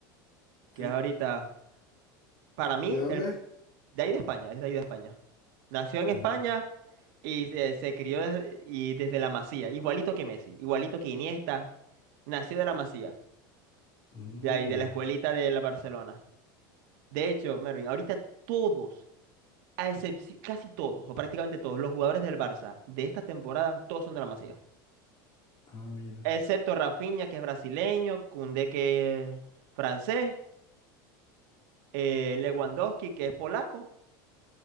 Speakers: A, on the right (about 70°); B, on the left (about 40°).
A: que
B: Eh,
A: es ahorita, para mí,
B: ¿de dónde
A: el,
B: es?
A: de ahí de España, es de ahí de España. Nació en España
B: Mm,
A: y se, se crió desde, y desde la Masía, igualito que Messi, igualito que Iniesta, nació de la Masía,
B: mm,
A: de ahí, de
B: ya.
A: la escuelita de la Barcelona. De hecho, Mervin, ahorita todos, a excepción, casi todos, o prácticamente todos, los jugadores del Barça de esta temporada, todos son de la Masía.
B: Ah, mira.
A: Excepto Rafinha, que es brasileño, Koundé, que es francés, eh, Lewandowski, que es polaco.